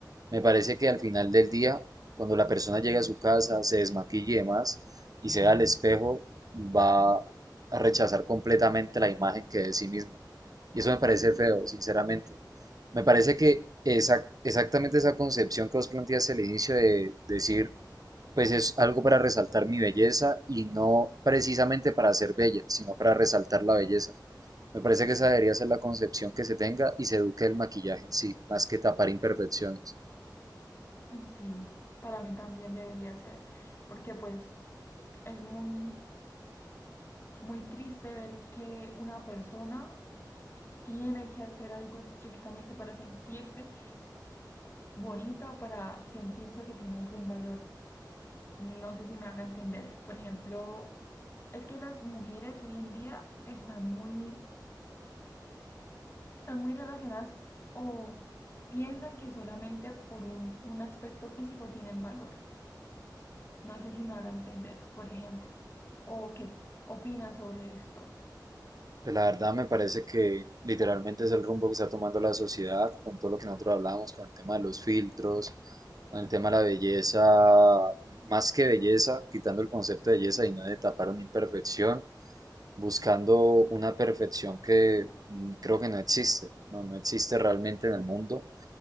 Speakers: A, on the right (about 55°); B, on the left (about 30°).
A: me parece que al final del día, cuando la persona llega a su casa, se desmaquilla y demás, y se ve al espejo, va a rechazar completamente la imagen que es de sí misma. Y eso me parece feo, sinceramente. Me parece que esa- exactamente esa concepción que vos planteas al inicio de decir pues es algo para resaltar mi belleza y no precisamente para ser bella, sino para resaltar la belleza. Me parece que esa debería ser la concepción que se tenga y se eduque el maquillaje en sí, más que tapar imperfecciones.
B: Sí, para mí también debería ser, porque pues es muy, muy triste ver que una persona tiene que hacer algo estrictamente para sentirse bonita o para sentirse que tiene algún valor. No sé si me haga entender. Por ejemplo, es que las mujeres hoy en día están muy, están muy relacionadas o piensan que solamente por un, un aspecto físico tienen valor. No sé si me haga entender, por ejemplo. O qué opinan sobre esto.
A: Pues la verdad me parece que literalmente es el rumbo que está tomando la sociedad con todo lo que nosotros hablábamos, con el tema de los filtros, con el tema de la belleza, más que belleza, quitando el concepto de belleza y no de tapar una imperfección, buscando una perfección que mm, creo que no existe, no, no existe realmente en el mundo